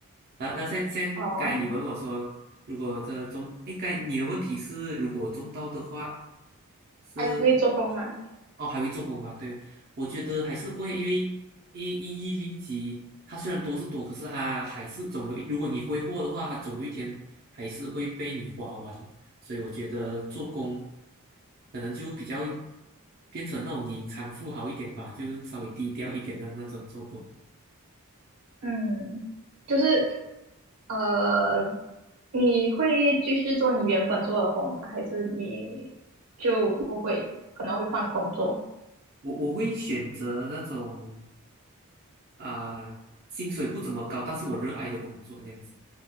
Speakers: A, on the right; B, on the right.
A: 啊，那像像该你问我说，
B: 哦，
A: 如果这中，哎，该你的问题是，如果中到的话是
B: 还会做工吗？
A: 哦，还会做工吗？对，我觉得还是会，因为因为一一零级。它虽然多是多，可是它还是总有，如果你挥霍的话，它总有一天还是会被你花完。所以我觉得做工可能就比较变成那种隐藏富豪一点吧，就稍微低调一点的那种做工。
B: 嗯，就是呃，你会继续做你原本做的工吗？还是你就不会，可能会换工作？
A: 我我会选择那种啊、薪水不怎么高，但是我热爱的工作，这样子